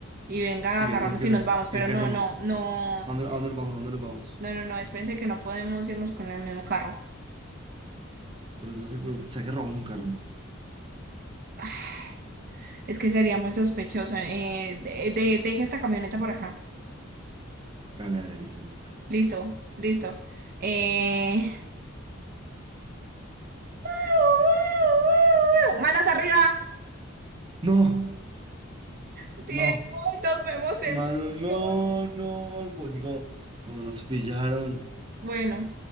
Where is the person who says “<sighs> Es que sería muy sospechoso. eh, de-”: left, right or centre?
Right